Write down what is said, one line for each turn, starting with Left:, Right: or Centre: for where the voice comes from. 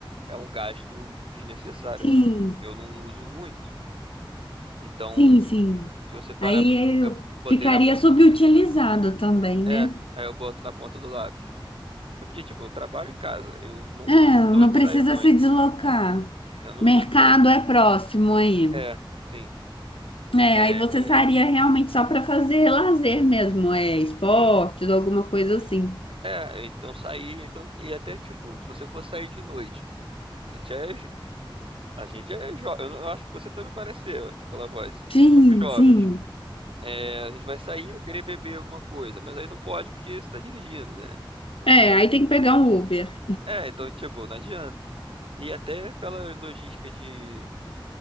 Right: é um gasto desnecessário,
Left: Sim,
Right: assim. sabe? Eu não uso muito. Então,
Left: sim, sim.
Right: se você parar,
Left: Aí
Right: pra- eu
Left: eu
Right: botei
Left: ficaria
Right: na ponta.
Left: subutilizado também, né?
Right: É, aí eu boto na ponta do lápis. É porque, tipo, eu trabalho em casa. Eu não
Left: É, não
Right: sou de
Left: precisa
Right: sair muito.
Left: se deslocar.
Right: Eu não
Left: Mercado
Right: sou de sair muito.
Left: é próximo aí.
Right: É, sim.
Left: É,
Right: É,
Left: aí você sairia realmente só para fazer lazer mesmo, é, esportes,
Right: sim.
Left: alguma coisa assim.
Right: É, então sair, então, e até tipo, se você for sair de noite. A gente é, jo- a gente é jovem. Eu acho que você também parece ser, pela voz. A
Left: Sim,
Right: gente somos jovens.
Left: sim.
Right: É, a gente vai sair, vai querer beber alguma coisa, mas aí não pode porque você tá dirigindo, né? Então
Left: É,
Right: já
Left: aí tem que pegar um Uber.
Right: é. é, então, tipo, não adianta. E até pela logística de,